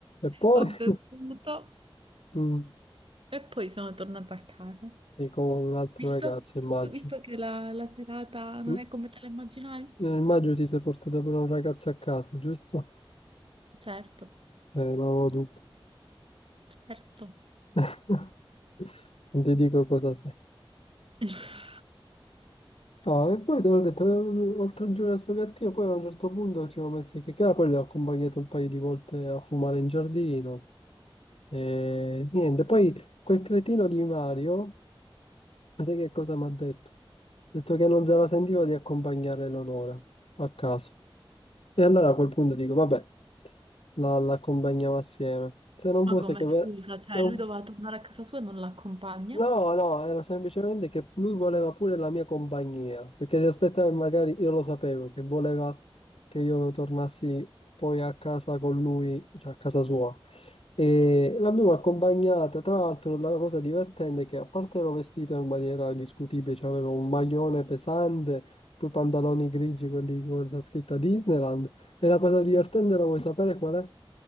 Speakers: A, on the left (about 80°); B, on the right (about 70°).
A: E poi
B: ho bevuto
A: <laughs> mm,
B: e poi sono tornata a casa.
A: sei con un altro
B: Visto?
A: ragazzo, immagino.
B: Visto, visto che la, la serata non
A: Mm,
B: è come te la immaginavi?
A: eh, Immagino ti sei portato pure un ragazzo a casa, giusto?
B: Certo,
A: Eh, non avevo dubbi.
B: certo.
A: <laughs> Non ti dico cosa sei.
B: <laughs>
A: No, e poi te l'ho detto, eh, oltre a giocare a sto gattino, poi a un certo punto ci siamo messi a chiacchierare, poi l'ho accompagnato un paio di volte a fumare in giardino. E niente, poi quel cretino di Mario. Ma sai che cosa mi ha detto? Ha detto che non se la sentiva di accompagnare Eleonora a casa. E allora a quel punto dico, vabbè, la, la accompagniamo assieme. Se non
B: Ma
A: fosse
B: come
A: che...
B: scusa,
A: ve-
B: cioè
A: da
B: lui
A: un-
B: doveva tornare a casa sua e non l'accompagna?
A: No, no, era semplicemente che lui voleva pure la mia compagnia, perché si aspettava che magari io lo sapevo, che voleva che io tornassi poi a casa con lui, cioè a casa sua. E l'abbiamo accompagnata, tra l'altro la cosa divertente è che a parte ero vestito in maniera discutibile, cioè avevo un maglione pesante, due pantaloni grigi, quelli con la scritta Disneyland, e la cosa divertente la vuoi sapere qual è?